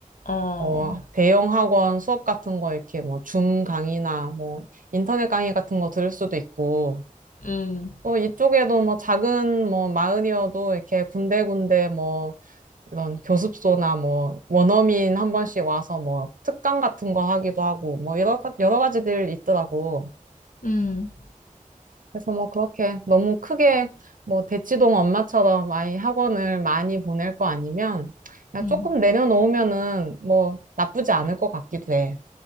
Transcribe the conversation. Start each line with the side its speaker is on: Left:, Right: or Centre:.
Left: 어,
Right: 어, 대형 학원 수업 같은 거 이렇게 뭐 줌 강의나 뭐 인터넷 강의 같은 거 들을 수도 있고
Left: 음,
Right: 또 이쪽에도 뭐 작은 뭐 마을이어도 이렇게 군데군데 뭐 이런 교습소나 뭐 원어민 한 번씩 와서 뭐 특강 같은 거 하기도 하고 뭐 여러, 가- 여러 가지들 있더라고.
Left: 음,
Right: 그래서 뭐 그렇게 너무 크게 뭐 대치동 엄마처럼 아이 학원을 많이 보낼 거 아니면 그냥
Left: 음.
Right: 조금 내려놓으면은 뭐 나쁘지 않을 것 같기도 해.